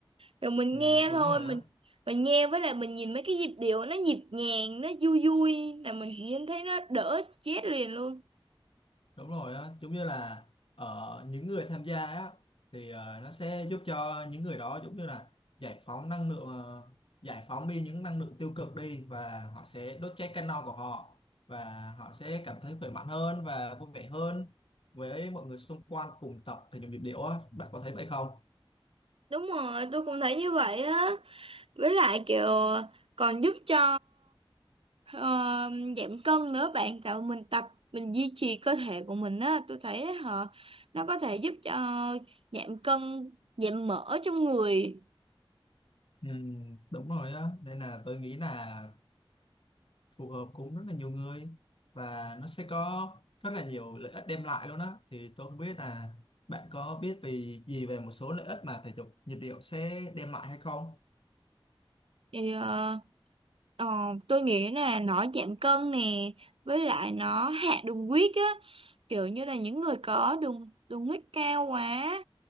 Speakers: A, on the right; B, on the left.
A: rồi mình
B: ừ,
A: nghe
B: đúng
A: thôi
B: rồi
A: mình
B: á
A: mình nghe với lại mình nhìn mấy cái nhịp điệu nó nhịp nhàng nó vui vui là mình nhìn thấy nó đỡ stress liền luôn
B: Đúng rồi á, giống như là ở những người tham gia á thì ờ, nó sẽ giúp cho những người đó giống như là giải phóng năng lượng ờ, giải phóng đi những năng lượng tiêu cực đi và họ sẽ đốt cháy cano của họ và họ sẽ cảm thấy khỏe mạnh hơn và vui vẻ hơn với mọi người xung quanh cùng tập thể dục nhịp điệu á, bạn có thấy vậy không?
A: đúng rồi tôi cũng thấy như vậy á với lại kiểu còn giúp cho ờ, giảm cân nữa bạn tạo mình tập mình duy trì cơ thể của mình á tôi thấy họ nó có thể giúp cho giảm cân giảm mỡ trong người
B: Ừ, đúng rồi á, nên là tôi nghĩ là phù hợp cũng rất là nhiều người và nó sẽ có rất là nhiều lợi ích đem lại luôn á thì tôi không biết là bạn có biết về gì về một số lợi ích mà thể dục nhịp điệu sẽ đem lại hay không
A: thì ờ, Ờ, tôi nghĩ là nó giảm cân nè với lại nó hạ đường huyết á kiểu như là những người có đường đường huyết cao quá